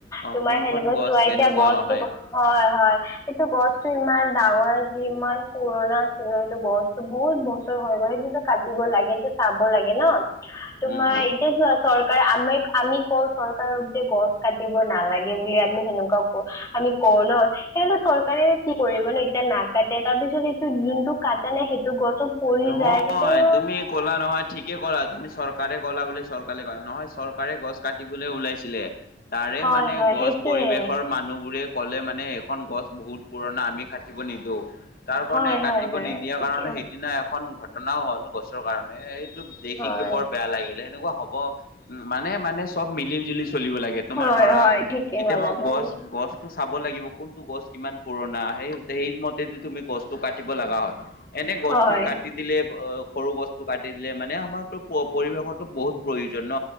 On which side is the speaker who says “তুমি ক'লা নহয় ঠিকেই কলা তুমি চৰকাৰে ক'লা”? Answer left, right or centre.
Left